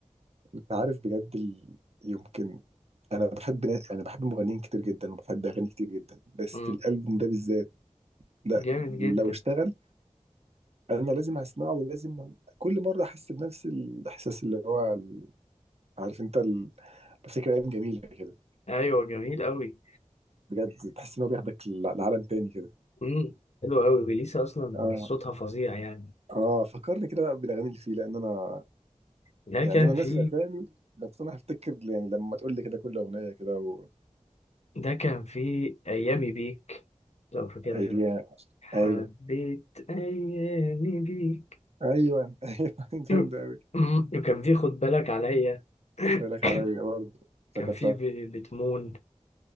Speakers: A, on the right; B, on the left.
A: انت عارف بجد ال... يمكن انا بحب انا بحب مغنيين كتير جدا وبحب اغاني كتير جدا بس
B: مم.
A: الالبوم ده بالذات لا
B: جامد جدا
A: لو اشتغل انا لازم اسمعه ولازم كل مره احس بنفس الاحساس اللي هو ال- عارف انت ال- بفتكر ايام جميله كده
B: أيوه جميل أوي
A: بجد تحس ان هو بياخدك ل- لعالم تاني كده
B: مم. حلو أوي إليسا أصلا
A: اه
B: صوتها فظيع يعني
A: اه فكرني كده بقى بالاغاني اللي فيه لان انا
B: ده
A: يعني
B: كان
A: انا ناسي
B: في
A: الاسامي بس انا هفتكر يعني لما تقول لي كده كل اغنيه كده و...
B: ده كان في أيامي بيك لو فاكرها
A: ايوه
B: حبيت
A: ايوه
B: أيامي بيك
A: ايوه ايوه <laughs>
B: <laughs>
A: جامده قوي
B: <clears throat> وكان في خد بالك عليا <laughs>
A: بالك عليا برضه افتكرتها
B: كان في ب- بتمون